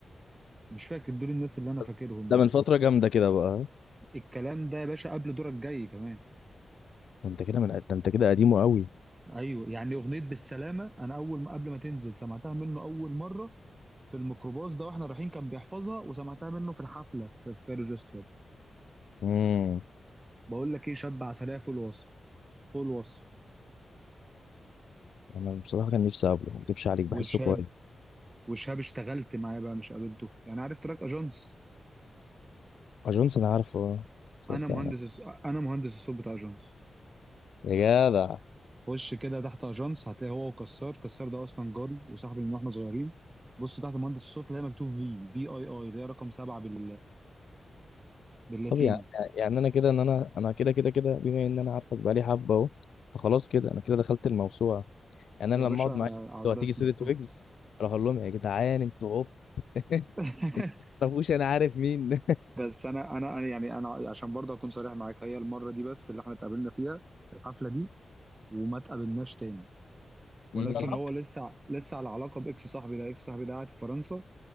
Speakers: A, on the right; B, on the left.
A: مش فاكر دول الناس اللي انا فاكرهم
B: بس ده
A: يعني
B: من فتره جامده كده بقى
A: الكلام ده يا باشا قبل دورك جاي كمان
B: ما انت كده من ده انت كده قديمه قوي
A: ايوه يعني اغنيه بالسلامه انا اول ما قبل ما تنزل سمعتها منه اول مره في الميكروباص ده واحنا رايحين كان بيحفظها وسمعتها منه في الحفله في في كايرو جاز كلوب
B: امم
A: بقول لك ايه شاب عسليه فوق الوصف فوق الوصف
B: انا بصراحه كان نفسي اقابله ما اكدبش عليك
A: وشاب
B: بحسه كويس
A: وشاب اشتغلت معاه بقى مش قابلته يعني عارف تراك اجانس
B: اجونس انا عارفه اه. صدق
A: انا مهندس انا مهندس الصوت بتاع اجانس
B: يا جدع
A: خش كده تحت اجانس هتلاقي هو وكسار كسار ده اصلا جاري وصاحبي من واحنا صغيرين بص تحت مهندس الصوت اللي هي مكتوب في في اي اي اللي هي رقم سبعة بال باللاتيني
B: طب يعني يعني انا كده ان انا انا كده كده كده بما ان انا عارفك بقالي حبه اهو فخلاص كده انا كده دخلت الموسوعه يعني
A: يا
B: انا
A: باشا
B: لما اقعد معاك
A: على
B: لو هتيجي
A: راسنا
B: سيره ويجز اروح اقول لهم يا جدعان انتوا عب <laughs>
A: <laughs>
B: انتوا ما تعرفوش انا عارف مين <laughs>
A: بس انا انا أنا يعني انا عشان برضه اكون صريح معاك هي المره دي بس اللي احنا اتقابلنا فيها في الحفله دي وما اتقابلناش تاني ولكن
B: امم
A: هو لسه لسه على علاقه باكس صاحبي ده اكس صاحبي ده قاعد في فرنسا